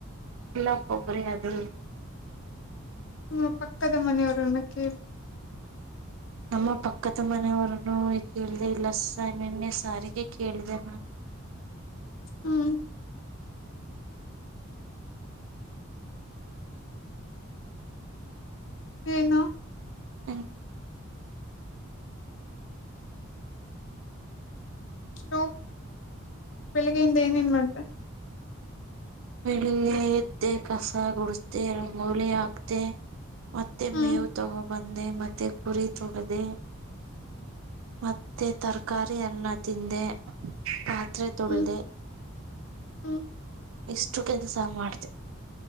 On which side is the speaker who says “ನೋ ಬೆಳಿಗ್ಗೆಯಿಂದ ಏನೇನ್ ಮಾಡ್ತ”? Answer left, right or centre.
Left